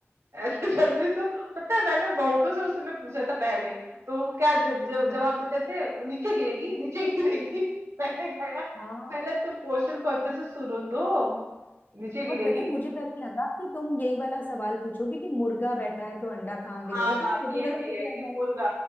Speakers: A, on the right; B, on the left.
A: ऐसे जनरली तो पता है मैंने बहुतों से उस समय पूछा था पहले तो वो क्या ज- ज-
B: अच्छा
A: जवाब देते थे नीचे गिरेगी नीचे गिरेगी <laughs> मैंने कहा "यार,
B: हाँ
A: पहले तुम क्वेश्चन को अच्छे से सुनो तो नीचे
B: और
A: गिरेगी
B: पता है मुझे पहले
A: बस।
B: लगा कि तुम यही वाला सवाल पूछोगे कि मुर्गा बैठा है तो अंडा कहाँ गिरेगा
A: हाँ
B: तो वो तो
A: ये
B: गलत
A: भी
B: हो
A: है
B: जाएगा
A: कि मुर्गा